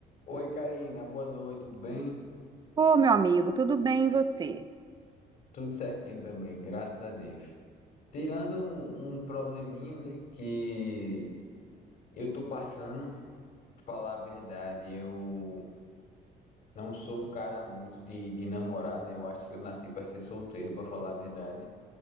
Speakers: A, on the left; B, on the right.
A: Oi, Karina, boa noite, tudo bem?
B: Ô, meu amigo, tudo bem e você?
A: Tudo certinho também, graças a Deus. Tirando um, um probleminha, né, que eu tô passando, pra falar a verdade, eu não sou um cara muito de, de namorar, né? Eu acho que eu nasci pra ser solteiro, pra falar a verdade.